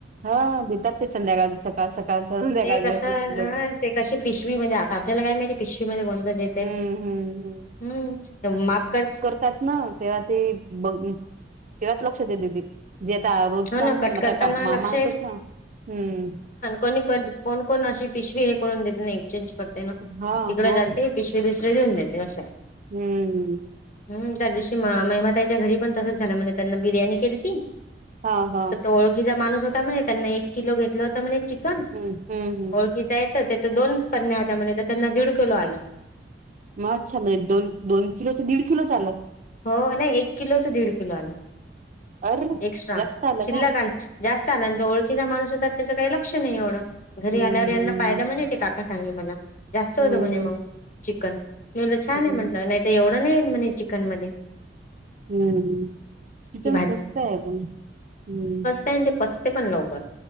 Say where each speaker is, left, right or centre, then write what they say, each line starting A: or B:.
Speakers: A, on the right (about 45°); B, on the left (about 45°).
A: हा देतात ते संध्याकाळ सकाळ. सकाळच संध्याकाळ
B: ते कसं
A: करतात ते लोक.
B: अ ते कसे पिशवी मध्ये आता आपल्याला काय माहिती. पिशवी मध्ये कोणत देतय.
A: हम्म, हम्म,
B: हम्म ते माप करत
A: तात ना तेव्हा ती बघ तेव्हाच लक्ष देते ती. जे आता रोज
B: हो
A: आणते
B: ना कट
A: म
B: करताना
A: का मामा
B: लक्ष
A: आणतात ना. हम्म
B: को कोण कोण अशी पिशवी हे करून देत नाही ए चेंज करते ना.
A: हा,
B: तिकडे
A: हा.
B: जाते पिशवी दुसरीे देऊन देते अस.
A: हम्म
B: हम्म त्या दिवशी म महिमाताईच्या घरी पण तसच झाल. म्हणे त्यांना बिर्याणी केलती.
A: हा हा
B: ओळखीचा माणूस होता म्हणे, त्यांना एक किलो घेतल होत म्हणे चिक तन
A: हम्म, हम्म, हम्म.
B: ओळखीचा येत त्याच दोन पनण्या्या होत्या म्हण तर त्यांना दीड किलो आलं.
A: मागच्या महिन्यात दोन दोन किलोच दीड किलोच आलं.
B: हो नाही एक किलोच दीड किलो आलं
A: अर
B: एक्स्ट्रा
A: जास्त आलं
B: शिल्लक
A: का
B: आ जास्त आला आणि तो ओळखीचा माणूस होता त्याचं काही लक्ष नाही एवढं घरी
A: हम्म
B: आल्यावर यांना पाहिलं म्हणे ते काका सांगे मला जास्त होत
A: हम्म
B: म्हणे
A: हम्म
B: मंग चिकन मी बोलले छान
A: हम्म
B: आहे म्हटलं नाही ते एवढं नाही म्हणे चिकन मध्ये
A: हम्म, चिकन
B: ती
A: सोस्त आहे अगं म.
B: ते आणि पचते पण लवकर